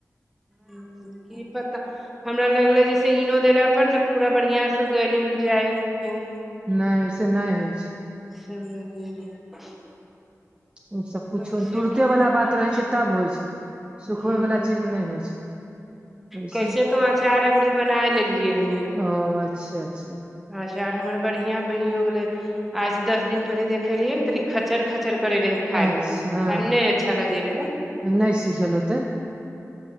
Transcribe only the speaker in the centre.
की पता हमरा लगले जैसे इनो देला पर न पूरा बढ़ियां से गलि उल जाय <unintelligible>
<unintelligible>
कैसे
की
हेतै
कुछो
ह
कैसे तो अचार अबरी बनाय लेलियै हमे
आचार हमर बढ़िआँ बनिओ गेलै आज दस दिन पहिले देखे रहियै ने तनी खचर खचर करे रहे खाय
मे खाय मे नहि अच्छा लगे रहै